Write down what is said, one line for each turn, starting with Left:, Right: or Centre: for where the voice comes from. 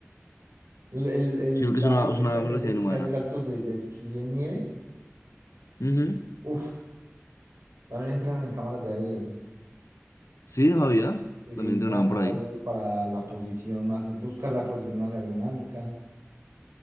Right: El, el- el-
Left: Yo creo que
Right: la
Left: es una,
Right: gente
Left: es una
Right: esta
Left: velocidad
Right: que hace,
Left: inhumana.
Right: que hace saltos de, de esquí en nieve,
Left: Ujú.
Right: uff, también entrenan en cámaras de aire y así.
Left: Sí, Javier,
Right: Se sientan
Left: también entrenaban
Right: en cámaras
Left: por ahí.
Right: de aire para la posición más, buscar la posición más aerodinámica.